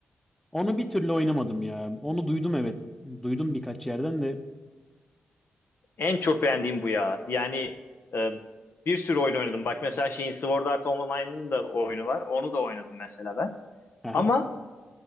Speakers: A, in the centre; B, on the left (about 55°).
A: Onu bir türlü oynamadım ya. Onu duydum evet. Duydum birkaç yerden de
B: En çok beğendiğim bu ya. Yani e, bir sürü oyun oynadım. Bak mesela şeyin Sword Art Online'ın da oyunu var. Onu da oynadım mesela ben.
A: Aha.
B: Ama